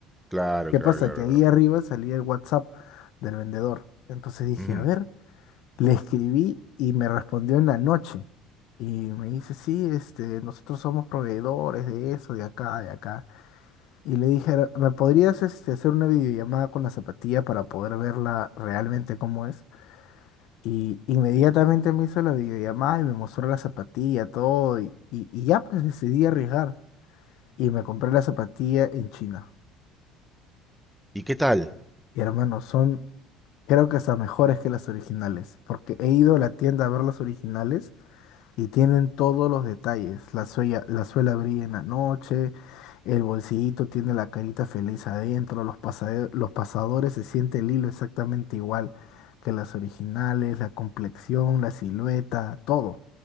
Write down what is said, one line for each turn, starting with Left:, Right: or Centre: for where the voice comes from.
Centre: claro,
Left: ¿Qué
Centre: claro,
Left: pasa?
Centre: claro,
Left: Que ahí
Centre: claro.
Left: arriba salía el WhatsApp del vendedor. Entonces dije,
Centre: Ujú.
Left: a ver, le escribí y me respondió en la noche. Y me dice, sí, este, nosotros somos proveedores de eso, de acá, de acá. Y le dije, ¿me podrías este, hacer una videollamada con la zapatilla para poder verla realmente cómo es? Y inmediatamente me hizo la videollamada y me mostró la zapatilla, todo. Y, y, y ya pues decidí arriesgar. Y me compré la zapatilla en China.
Centre: ¿Y qué tal?
Left: Y hermano, son Creo que hasta mejores que las originales, porque he ido a la tienda a ver las originales y tienen todos los detalles. La suela, la suela brilla en la noche, el bolsillito tiene la carita feliz adentro, los pasade- los pasadores se siente el hilo exactamente igual que las originales, la complexión, la silueta, todo.